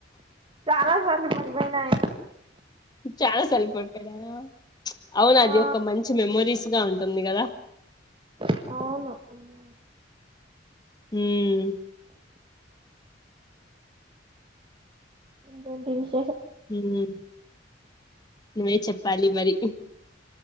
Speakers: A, on the right (about 30°); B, on the left (about 20°).
A: చాలా సార్లు పడిపోయినాయి.
B: చాలా సార్లు పడిపోనయా అవును అది
A: ఆ
B: ఒక మంచి మెమరీస్ గా ఉంటుంది కదా.
A: అవును.
B: ఉమ్.
A: డెంటి చూసి.
B: ఉమ్ నువ్వే చెప్పాలి మరి.